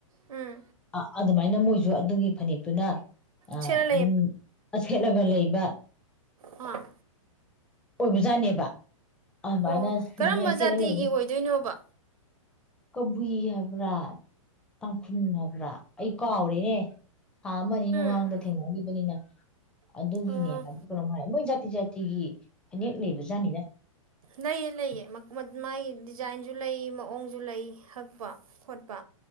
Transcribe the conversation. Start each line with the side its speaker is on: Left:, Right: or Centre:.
Right: ꯎꯝ
Centre: ꯑ ꯑꯗꯨꯃꯥꯏꯅ ꯃꯣꯏꯁꯨ ꯑꯗꯨꯒꯤ ꯐꯅꯦꯛꯇꯨꯅ
Right: ꯁꯦꯠꯂ
Centre: ꯑꯗꯨꯝ ꯁꯦꯠꯂꯒ ꯂꯩꯕ
Right: ꯍꯥꯥ
Centre: ꯑꯣꯏꯕꯖꯥꯠꯅꯦꯕ ꯑꯗꯨꯃꯥꯏꯅ
Right: ꯑꯣ ꯀꯔꯝꯕ
Centre: ꯑꯗꯨꯅ ꯁꯦꯠꯂ
Right: ꯖꯥꯇꯤꯒꯤ
Centre: ꯂꯩꯕ
Right: ꯑꯣꯏꯗꯣꯏꯅꯣꯕ
Centre: ꯀꯕꯨꯏ ꯍꯥꯏꯕ꯭ꯔꯥ ꯇꯥꯡꯈꯨꯜ ꯍꯥꯏꯕ꯭ꯔꯥ ꯑꯩ ꯀꯥꯎꯔꯤꯦꯅꯦ ꯊꯥ ꯑꯅꯤ
Right: ꯎꯝ
Centre: ꯃꯃꯥꯡꯗ ꯊꯦꯡꯅꯈꯤꯕꯅꯤꯅ ꯑꯗꯨꯒꯤꯅꯦ
Right: ꯑꯣ
Centre: ꯍꯥꯏꯕ ꯀꯩꯅꯣꯉꯥꯏ ꯃꯣꯏ ꯖꯥꯇꯤ ꯖꯥꯇꯤꯒꯤ ꯐꯅꯦꯛ ꯂꯩꯕ ꯖꯥꯠꯅꯤꯗ
Right: ꯂꯩꯑ ꯂꯩꯑ ꯃꯥꯒꯤ ꯗꯤꯖꯥꯏꯟꯁꯨ ꯂꯩ ꯃꯑꯣꯡꯁꯨ ꯂꯩ ꯍꯛꯄ ꯈꯣꯠꯄ